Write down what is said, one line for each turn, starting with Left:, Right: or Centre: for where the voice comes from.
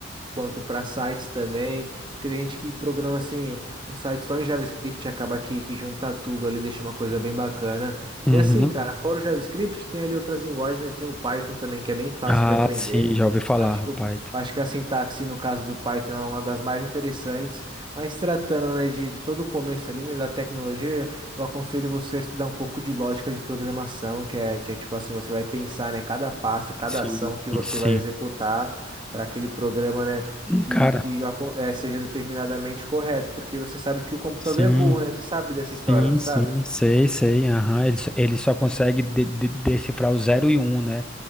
Right: quanto para sites também, porque tem gente que programa assim um site só em JavaScript e acaba que, que junta tudo ali, deixa uma coisa bem bacana.
Centre: Uhum.
Right: E assim, cara, fora o JavaScript, tem ali outras linguagens, né? Tem o Python também, que é bem fácil
Centre: Ah,
Right: de aprender.
Centre: sim, já ouvi falar,
Right: Acho que o
Centre: Python.
Right: Acho que a sintaxe, no caso do Python, é uma das mais interessantes, mas tratando, né, de, de todo o começo ali, né, da tecnologia, eu aconselho você a estudar um pouco de lógica de programação, que é, que é tipo assim, você vai pensar, né, cada passo, cada
Centre: Sim,
Right: ação que você
Centre: sim.
Right: vai executar para aquele programa, né?
Centre: Hum,
Right: que,
Centre: Cara,
Right: que acon- eh, seja determinadamente correto, porque você sabe que o computador
Centre: sim.
Right: é burro, né? Você sabe dessa história,
Centre: Sim,
Right: não sabe?
Centre: sim, sei, sei, aham, Ele, só- ele só consegue de- de- decifrar o zero e um, né?